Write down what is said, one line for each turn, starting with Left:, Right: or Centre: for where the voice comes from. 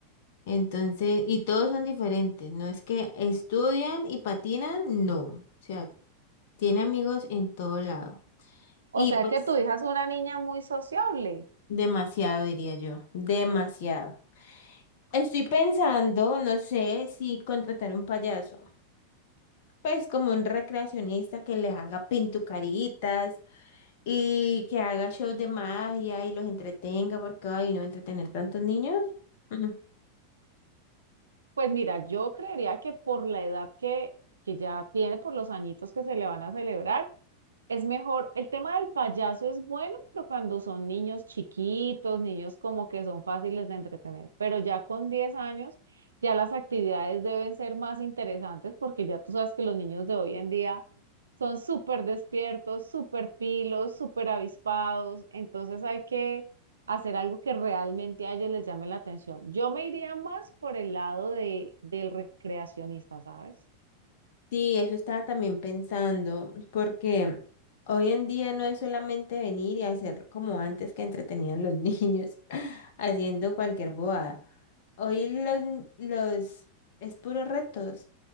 Left: Entonces, y todos son diferentes, no es que estudian y patinan, no. O sea, tiene amigos en todo lado.
Right: O
Left: Y
Right: sea
Left: pues
Right: que tu hija es una niña muy sociable.
Left: demasiado, diría yo, demasiado. Estoy pensando, no sé, si contratar un payaso, pues como un recreacionista que les haga pintucaritas y que haga shows de magia y los entretenga, porque ay, no entretener tantos niños. mm,
Right: Pues mira, yo creería que por la edad que, que ya tiene, por los añitos que se le van a celebrar, es mejor, el tema del payaso es bueno, pero cuando son niños chiquitos, niños como que son fáciles de entretener, pero ya con 10 años, ya las actividades deben ser más interesantes porque ya tú sabes que los niños de hoy en día son súper despiertos, súper pilos, súper avispados, entonces hay que hacer algo que realmente a ellos les llame la atención. Yo me iría más por el lado de, del recreacionista, ¿sabes?
Left: Sí, eso estaba también pensando, porque hoy en día no es solamente venir y hacer como antes que entretenían los niños <laughs> haciendo cualquier bobada. Hoy los, los es puros retos,